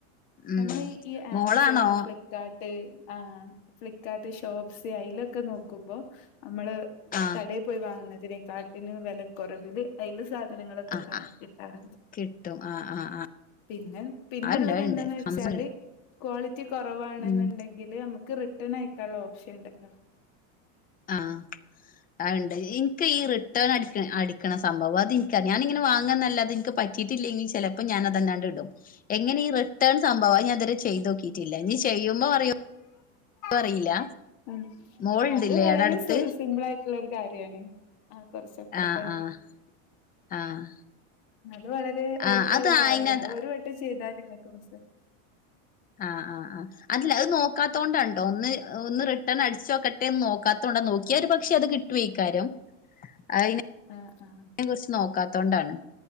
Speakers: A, on the left; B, on the left.
A: ഉം
B: നമ്മളെ ഈ ആമസോണ്
A: മോളാണോ
B: ഫ്ലിപ്കാർ ട്ട് ആഹ് ഫ്ലിപ്കാർട്ട് ഷോപ്സ് അയിലൊക്കെ നോക്കുമ്പൊ നമ്മള്
A: ആഹ്
B: കടേ പോയി വാങ്ങ്ന്നതിനെ കാട്ടിലും വെലക്കൊറവില് അയില് സാധനങ്ങളൊക്കെ
A: ആഹ്
B: കാ
A: ആഹ്
B: കിട്ടാറ്ണ്ട്
A: കിട്ടും ആഹ് ആഹ് ആഹ്
B: പിന്നെ പിന്നെ
A: അത്ണ്ട്
B: ഉള്ളത്
A: അത്ണ്ട്
B: എന്തന്ന് വെച്ചാല്
A: ആമസോണില്
B: ക്വാളിറ്റി കൊറവാണ്ന്ന്ണ്ടങ്കില്
A: ഉം
B: നമ്ക്ക് റി ട്ടനയക്കാള്ള ഓപ്ഷൻ ഇണ്ടല്ലോ
A: ആഹ് ആഹ് ഇണ്ട് ഇൻക്ക് ഈ റിട്ടേൺ അടിക്ക്ണ അടിക്ക്ണ സംഭവം അത് ഇൻക്കറി ഞാനിങ്ങനെ വാങ്ങന്നല്ലാതെ ഇൻക്ക് പറ്റിയിട്ടില്ലെങ്കിൽ ചെലപ്പം ഞാനത് അത്ണ്ടാണ്ട് ഇടും എങ്ങനെ ഈ റെ ഇതാണ് സംഭവം അത് ഞാൻ ഇതുവരെ ചെയ്ത് നോക്കിയിട്ടില്ല ഇനി ചെയ്യുമ്പോ അറിയോ
B: ആ
A: അറിയില്ല
B: ഉം
A: മോളുണ്ടില്ലേ
B: അത് വളരെ
A: ആടെ അടുത്ത്
B: സി സിംമ്പിളായിട്ടുള്ളൊരു കാര്യാണ് ആ കൊറച്ചപ്പുറത്താണ്
A: ആഹ് ആഹ് ആഹ്
B: അത് വളരെ എളുപ്പള്ള
A: ആഹ് അത്
B: കാര്യാണ്
A: അയിനത്
B: അത് ഒരു വട്ടം ചെയ്താല് നിങ്ങക്ക് മനസ്സി
A: ആ ആ ആ അതല്ല അത് നോക്കാത്തോണ്ടാണ് ട്ടോ ഒന്ന് ഒന്ന് റിട്ടേൺ അടിച്ച് നോക്കട്ടെ എന്ന് നോക്കാത്തോണ്ട നോക്കിയാ ഒരു പക്ഷെ അത് കി <unintelligible>
B: ആഹ് ആഹ്
A: <unintelligible> കുറിച്ച് നോക്കാത്തൊണ്ടാണ്